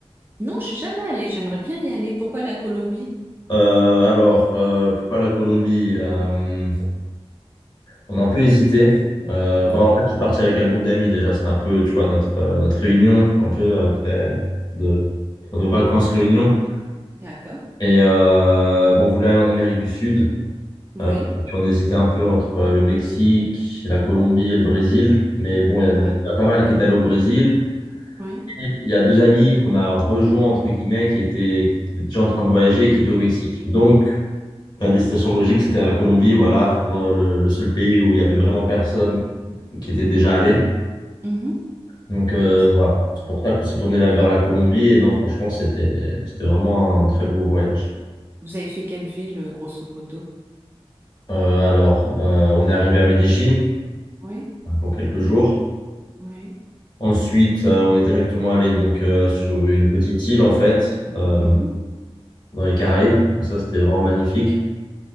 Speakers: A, on the right (about 20°); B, on the left (about 45°).
A: Non, je suis jamais allée. J'aimerais bien y aller. Pourquoi la Colombie?
B: Euh, alors, euh, pourquoi la Colombie? Euh, on a un peu hésité. Euh, bah,
A: Oui.
B: en fait, je suis parti avec un groupe d'amis déjà. C'était un peu, tu vois, notre, euh, notre réunion, un peu après de, pour nos vacances réunion.
A: D'accord.
B: Et euh, bon, on voulait aller en Amérique du Sud.
A: Oui.
B: Euh, puis on hésitait un peu entre euh, le Mexique, la Colombie et le Brésil. Mais bon, il y
A: Ouais.
B: en a, il y a pas mal qui est allé au Brésil.
A: Oui.
B: Et il y a deux amis qu'on a rejoints, entre guillemets, qui étaient, qui étaient déjà en train de voyager et qui étaient au Mexique. Donc, la destination logique, c'était la Colombie. Voilà, le, le- le seul pays où il y avait vraiment personne qui était déjà allé.
A: Mhm.
B: Donc, euh,
A: Non, c'est
B: voilà.
A: bien.
B: C'est
A: ça.
B: pour ça qu'on s'est tourné là vers la Colombie. Et non, franchement, c'était, c'était vraiment un très beau voyage.
A: Vous avez fait quelle ville, euh, grosso modo?
B: Euh, alors, euh, on est arrivé à Medellín.
A: Oui.
B: pour quelques jours.
A: Oui.
B: Ensuite, euh, on est directement allé donc euh, sur une petite île en fait, euh,
A: Mhm.
B: dans les Caraïbes. Donc ça, c'était vraiment magnifique